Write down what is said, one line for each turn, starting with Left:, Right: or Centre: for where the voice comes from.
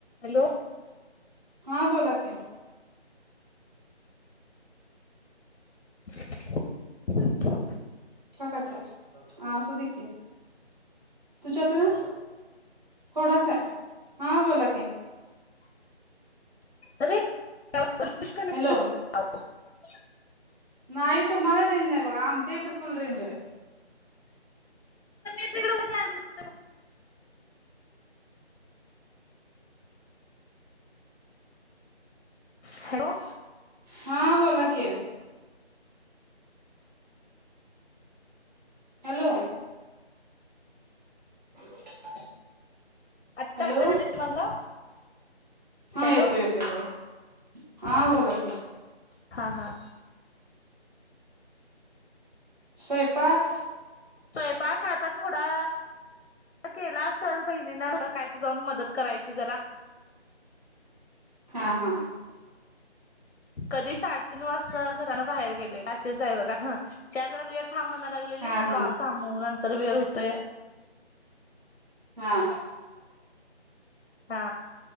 Left: Hello
Right: हा बोला की
Left: <unintelligible>
Right: काकाच्या हा सुधिके तुझ्या पन थोडाच आहे हा बोला की
Left: अरे <unintelligible>
Right: हॅलो नाही तुम्हाला रेंज नाही बघा आमच्या इथ फुल रेंज आहे.
Left: <unintelligible> हॅलो
Right: हां बोलाकी हॅलो <unintelligible>
Left: आत्ता
Right: हॅलो
Left: आवाज येतो का माझा
Right: हा
Left: हॅलो
Right: येतोय येतोय बघा हा
Left: आता
Right: बोला की
Left: हा हा
Right: स्वयंपाक
Left: स्वयंपाक आता थोडा केला असेल बहिणीनं काय तर जाऊन मदत करायची जरा.
Right: हा हा
Left: कधी साडेतीन वाजता घरानं बाहेर गेलोय अशीच आहे बघा ह चहा जरा करूया थांब म्हणाय लागलेली
Right: हा
Left: म्हटलो
Right: हा
Left: थांबव नंतर वेळ होतोय.
Right: हा
Left: हा